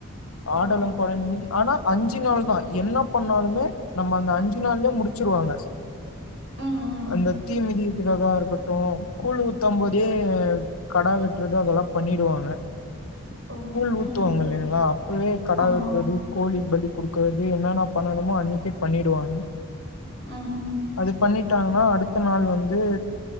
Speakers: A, on the right; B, on the left.
A: ஓ
B: ஆடலும் பாடல் நிகழ்ச்சி ஆனா அஞ்சு நாள் தா என்ன பண்ணாலுமே நம்ம அந்த அஞ்சு நாள்லே முடுச்சிருவாங்க
A: ம் ம்
B: அந்த தீ மிதிக்கிறதா இருக்கட்டு கூழ் ஊத்தம் போதே கடா வெட்றது அதெல்லா பண்ணிடுவாங்க
A: ஓ
B: கூழ் ஊத்துவாங்க
A: ம்
B: இல்லங்களா அப்பவே கடா
A: ஆமா
B: வெட்டுறது கோழி பலி குடுக்கறது என்னென்ன பண்ணணுமோ அன்னிக்கே பண்ணிடுவாங்க
A: ம் ம்
B: அது பண்ணிட்டாங்கன்னா அடுத்த நாள் வந்து